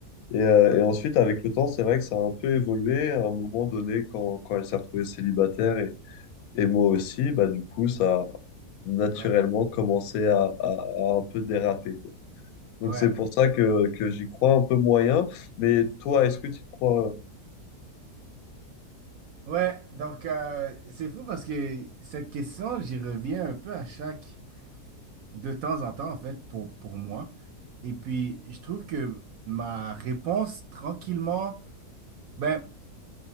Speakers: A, on the left; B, on the right.
A: Et, euh, et ensuite, avec le temps, c'est vrai que ça a un peu évolué à un moment donné quand, quand elle s'est retrouvée célibataire et, et moi aussi, bah, du coup, ça a naturellement
B: ouais,
A: commencé à, à à un peu déraper. Donc
B: ouais.
A: c'est pour ça que, que j'y crois un peu moyen. Mais toi, est-ce que tu y crois? euh,
B: Ouais, donc euh, c'est fou parce que cette question, j'y reviens un peu à chaque, de temps en temps en fait, pour, pour moi. Et puis, je trouve que ma réponse, tranquillement, ben,